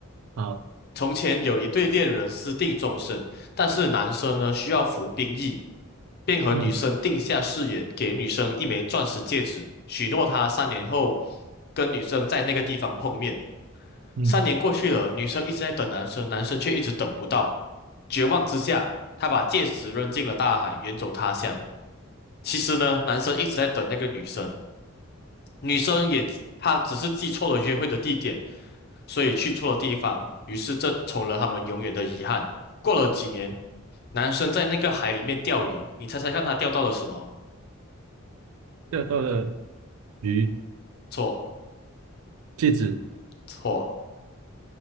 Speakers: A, on the right (about 80°); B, on the left (about 50°).
A: 好，
B: 从前有一对恋人私定终身，但是男生呢需要服兵役，便和女生定下誓言，
A: 嗯
B: 给女生一枚钻石戒指，许诺她三年后跟女生在那个地方碰面。
A: 嗯，
B: 三年过去了，女生一直在等男生，男生却一直等不到。绝望之下，他把戒指扔进了大海，远走他乡。其实呢，男生一直在等那个女生，女生也，她只是记错了约会的地点，所以去错了地方，于是这成了他们永远的遗憾。过了几年，男生在那个海里面钓鱼，你猜猜看他钓到了什么？
A: 钓到了鱼，
B: 错
A: 戒指
B: 错，